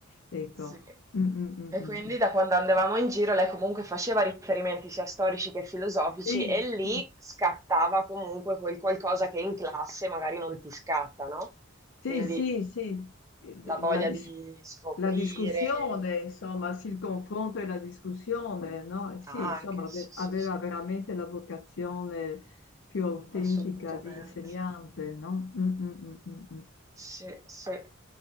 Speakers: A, on the left; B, on the right.
A: Ecco.
B: Sì.
A: Mm, mm, mm,
B: E
A: mm.
B: quindi
A: mm.
B: da quando andavamo in giro lei comunque faceva riferimenti sia storici che filosofici
A: Sì,
B: e
A: sì,
B: lì scattava comunque quel qualcosa che in classe magari non ti scatta, no?
A: sì,
B: Quindi
A: sì, sì. Eh, de-
B: la voglia
A: La, dis-
B: di scoprire.
A: la discussione, insomma, sì, il confronto e la discussione, no? Eh, Sì,
B: Anche,
A: insomma, ave-
B: sì, sì,
A: aveva
B: sì,
A: veramente la vocazione più autentica
B: assolutamente.
A: di insegnante, no? Mm, mm, mm, mm, mm.
B: Sì, sì.